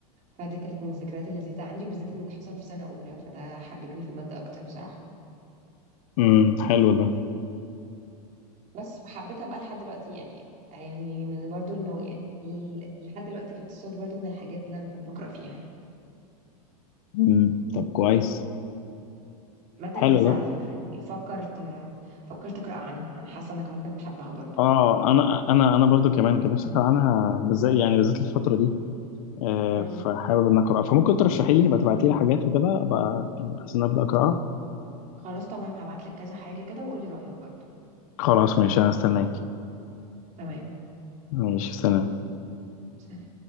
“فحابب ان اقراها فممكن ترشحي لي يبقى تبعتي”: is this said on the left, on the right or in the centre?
Left